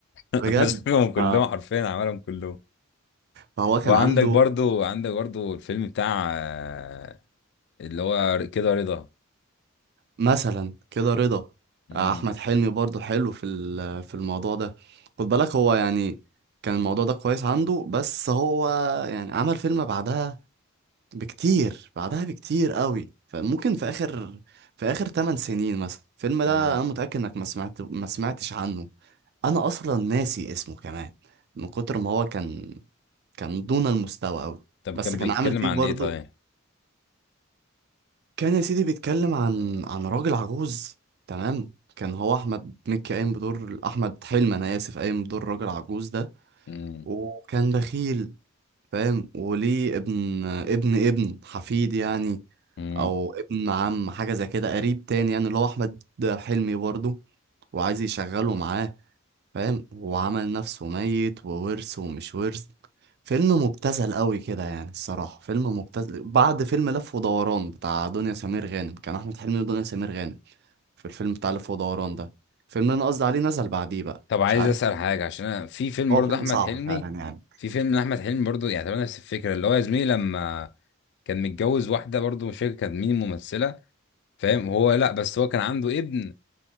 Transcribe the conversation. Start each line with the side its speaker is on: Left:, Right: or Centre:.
Left: <laughs>
Right: بجد
Left: مسكهم كلهم
Right: ف...
Left: حرفيا عملهم كلهم
Right: فهو كان
Left: وعندك
Right: عنده
Left: برضو عندك برضو الفيلم بتاع آه، اللي هو كده رضا
Right: مثلا كده رضا
Left: مم.
Right: آه، احمد حلمي برضو حلو في ال- في الموضوع ده خد بالك هو يعني كان الموضوع ده كويس عنده بس هو يعني عمل فيلم بعدها بكتير بعدها بكتير قوي فممكن في اخر في اخر 8 سنين مثلا الفيلم ده
Left: مم.
Right: انا متأكد انك ما سمعت ما سمعتش عنه انا اصلا ناسي اسمه كمان من كتر ما هو كان كان دون المستوى قوي
Left: طب
Right: بس
Left: كان
Right: كان
Left: بيتكلم
Right: عامل فيه
Left: عن
Right: برضو
Left: ايه طيب
Right: كان يا سيدي بيتكلم عن عن راجل عجوز تمام كان هو احمد مكي قايم بدور احمد حلمي انا اسف قايم بدور راجل عجوز ده
Left: مم.
Right: وكان بخيل فاهم وليه ابن ابن ابن حفيد يعني
Left: مم.
Right: او ابن عم حاجه زي كده قريب تاني يعني اللي هو احمد حلمي برضه وعايز يشغله معاه فاهم وعمل نفسه ميت وورث ومش ورث فيلم مبتذل قوي كده يعني الصراحة فيلم مبتذل بعد فيلم لف ودوران بتاع دنيا سمير غانم كان أحمد حلمي ودنيا سمير غانم في الفيلم بتاع لف ودوران ده الفيلم اللي أنا قصدي عليه نزل بعديه بقى
Left: طب عايز
Right: مش عارف
Left: اسأل حاجة عشان انا في فيلم
Right: هو
Left: برضو
Right: فيلم
Left: احمد
Right: صعب
Left: حلمي
Right: فعلا يعني
Left: في فيلم لاحمد حلمي برضو يعني تقريبا نفس الفكرة اللي هو يا زميلي لما كان متجوز واحدة برضو مش فاكر كانت مين الممثلة فاهم وهو لا بس هو كان عنده ابن